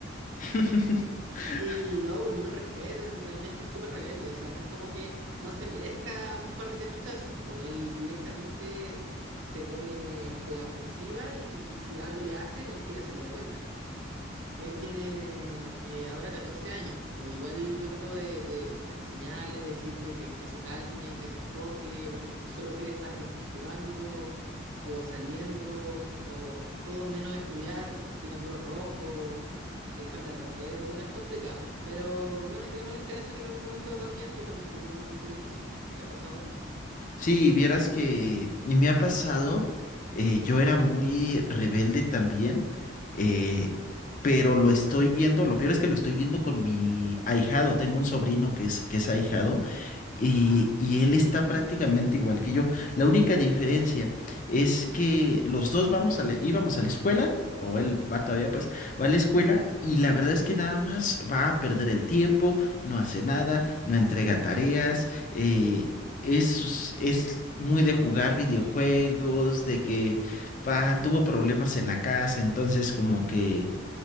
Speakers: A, on the left; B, on the right.
A: <laughs>
B: Y no, pues, ni un respeto, en- realmente es súper rebelde, o sea, no es como que no se merezca un par de cachuchazos, pues él directamente se pone a la ofensiva y, y si algo le hacen, él quiere hacerlo de vuelta. Él tiene eh, ahora 14 años, pues igual yo trato de, de- de enseñarle, decirle que, que se calme, que se enfoque, porque que solo quiere estar jugando o saliendo o todo menos estudiar, tiene puros rojos, eh, falta el respeto, bueno, es complicado, pero bueno, tenemos la esperanza que en algún momento va a cambiar, yo también tuve un momento difícil, ¿te ha pasado a ti?
A: Sí, vieras que me ha pasado, eh, yo era muy rebelde también, eh, pero lo estoy viendo, lo peor es que lo estoy viendo con mi ahijado, tengo un sobrino que es, que es ahijado y,
B: Ah,
A: y él está prácticamente igual que yo. La única diferencia es que los dos vamos a la- íbamos a la escuela. O él va todavía, pues, va a la escuela y la verdad es que nada más va a perder el tiempo, no hace nada, no entrega tareas, eh, es, es muy de jugar videojuegos, de que pa, tuvo problemas en la casa, entonces como que,